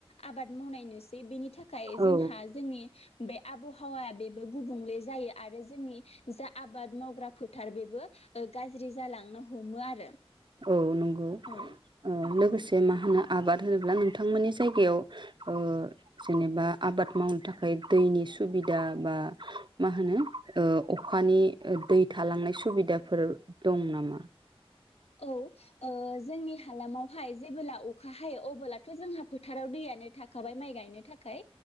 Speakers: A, on the left (about 85°); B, on the right (about 50°).
A: आबाद मावनाय नुसै बेनि थाखाय
B: औ
A: जोंहा जोंनि बे आबहावाया बेबो गुबुंले जायो आरो जोंनि जा आबाद मावग्रा फोथार बेबो ओ गाज्रि जालांनो हमो आरो।
B: औ नंगौ
A: औ
B: ओ लोगोस से मा होनो आबाद होनोब्ला नोंथांमोननि जायगायाव ओ जेनेबा आबाद मावनो थाखाय दैनि सुबिदा बा मा होनो ओ अखानि दै थालांनाय सुबिदाफोर दं नामा?
A: औ ओ जोंनि हालामावहाय जेबोब्ला अखा हायो अबोलाथ' जोंहा फोथाराव दैयानो थाखाबाय माइ गायनो थाखाय।